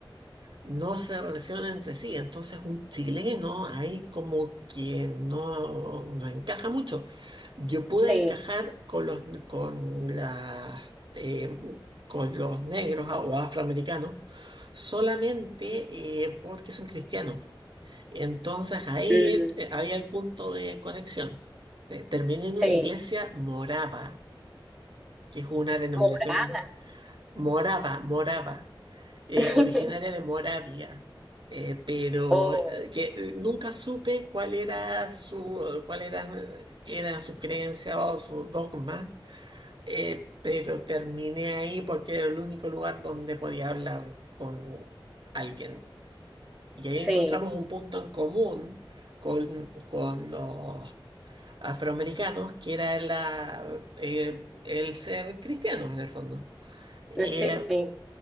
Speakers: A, on the right; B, in the centre.
A: no se relacionan entre sí. Entonces un chileno ahí como que no, no encaja mucho. Yo pude
B: sí,
A: encajar con los, con la eh, con los negros a- o afroamericanos solamente eh, porque son cristianos. Entonces ahí
B: mm,
A: eh, había el punto de conexión. Eh, terminé en
B: sí,
A: una iglesia morava, que es una denominación
B: morada,
A: morava, morava eh,
B: <laughs>
A: originaria de Moravia, eh, pero
B: oh,
A: eh, que eh, nunca supe cuál era su, cuál era, era su creencia o su dogma, eh, pero terminé ahí porque era el único lugar donde podía hablar con alguien. Y ahí
B: sí,
A: encontramos un punto en común con, con los afroamericanos, que era la, eh, el ser cristianos en el fondo. Eh,
B: sí, sí,